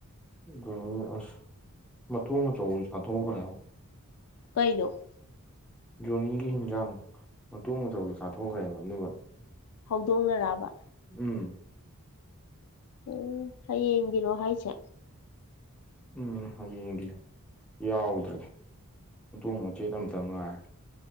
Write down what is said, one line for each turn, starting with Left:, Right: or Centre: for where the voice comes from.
Centre: ꯑꯗꯨꯅꯤ ꯑꯁ ꯃꯇꯣꯡ ꯑꯆꯧ ꯆꯥꯟꯊꯣꯛꯈ꯭ꯔꯦꯕ
Left: ꯀꯩꯅꯣ
Centre: ꯖꯣꯅꯤꯒꯤ ꯍꯤꯟꯖꯥꯡ ꯃꯇꯣꯡ ꯃꯇꯆꯧꯗ ꯆꯥꯊꯣꯛꯈ꯭ꯔꯦꯕ ꯑꯗꯨꯒ
Left: ꯍꯧꯗꯣꯡꯅꯔꯑꯕ
Centre: ꯎꯝ
Left: ꯎꯝ ꯍꯌꯦꯡꯒꯤꯔꯣ ꯍꯥꯏꯁꯦ
Centre: ꯎꯝ ꯍꯌꯦꯡꯒꯤ ꯌꯥꯎꯗ꯭ꯔꯦ ꯅꯣꯡ ꯃꯆꯦꯠ ꯑꯃꯝꯇ ꯉꯥꯏ